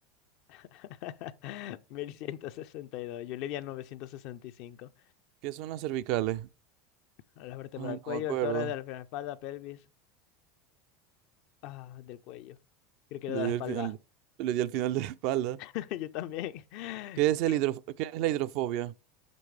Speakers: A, on the left; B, on the right.
A: <laughs> 1162. Yuridia 965.
B: ¿Qué son las cervicales?
A: La vértebra
B: Ay,
A: del cuello,
B: no me acuerdo.
A: el tórax, de la espalda, pelvis. Ah, del cuello. Creo que era
B: Yo
A: de
B: le
A: la
B: di
A: espalda.
B: al final, yo le di al final de la espalda.
A: <laughs> Yo también.
B: ¿Qué es el
A: ¿Qué?
B: hidrof- ¿Qué es la hidrofobia?